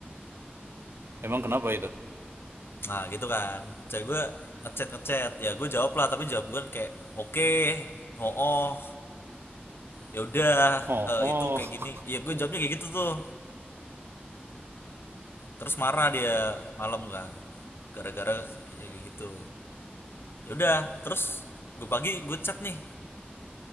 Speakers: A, on the right (about 75°); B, on the left (about 70°).
A: Emang kenapa itu?
B: Nah gitu kan Cewek gue ngechat ngechat Ya gue jawab lah Tapi jawab gue kan kayak Oke Oh ya udah
A: Oh,
B: eh,
A: oh,
B: Itu kayak gini Ya gue jawabnya kayak gitu tuh Terus marah dia Malam kan Gara-gara Ya kayak gitu Ya udah Terus Gue pagi gue chat nih